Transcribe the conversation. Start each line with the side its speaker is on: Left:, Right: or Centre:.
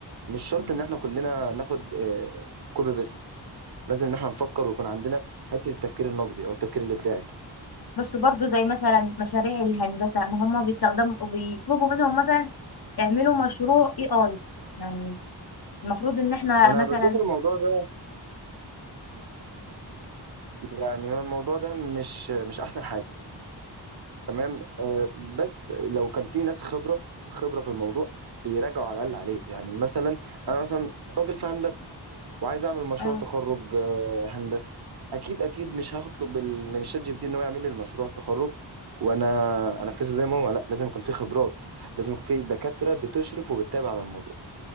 Right: مش شرط
Left: مم.
Right: ان احنا كلنا ناخد كوبي بيست لازم ان احنا نفكر ويكون عندنا حتة التفكير النقدي او التفكير الابداعي
Left: بس برضو زي مثلا مشاريع الهندسة ما هم بيستخدموا بيطلبوا منهم مثلا اعملوا مشروع اي اي يعني المفروض ان احنا
Right: انا
Left: مثلا
Right: بشوف الموضوع ده يعني هو الموضوع ده مش مش احسن حاجة تمام آه، بس لو كان في ناس خبرة خبرة في الموضوع بيراجعوا على الاقل عليه يعني مثلا انا مثلا راجل في هندسة وعايز اعمل مشروع
Left: اه
Right: تخرج آه، هندسي اكيد اكيد مش هطلب ال- من الشات جي بي تي ان هو يعمل لي المشروع التخرج وانا انفذه زي ما هو لا لازم يكون في خبرات لازم يكون في دكاترة بتشرف وبتتابع على الموضوع